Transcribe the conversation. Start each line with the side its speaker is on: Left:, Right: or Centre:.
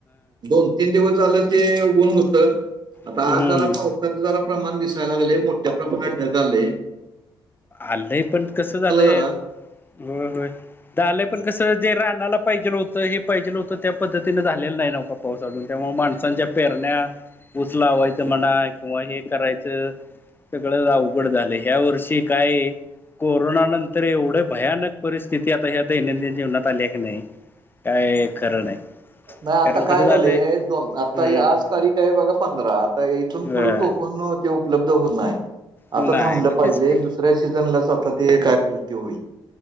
Right: दोन तीन दिवस झालं ते ऊन होतं आता
Left: हम्म
Right: आज जरा पाऊ जरा प्रमाण दिसायला लागले मोठ्या प्रमाणात ढगालय.
Left: आलंय पण कस झालंय
Right: जरा
Left: होय होय झालंय पण कस जे रानाला पाहिजेल होत हे पाहिजेलं होतं त्या पद्धतीने झालेलं नाही नवका पाऊस अजून त्यामुळे माणसांच्या पेरण्या उस लावायचं म्हणा किंवा हे करायचं सगळं अवघड झालंय ह्या वर्षी काय? कोरोना नंतर एवढी भयानक परिस्थिती आता ह्या दैनंदिन जीवनात आल्या की नाही. काय खरं नाही.
Right: नाही आता
Left: कारण कसं
Right: काय
Left: झालंय
Right: झाले दोन आता
Left: हम्म
Right: आज तारीख आहे बघा पंधरा आता इथून पुढं
Left: अ
Right: टोकून तो उपलब्ध हो नाहीय
Left: नाही
Right: आता थांबलं
Left: मग
Right: पाहिजे
Left: तेच की
Right: दुसऱ्या सीझनलाच आता ते काय होईल ते होईल.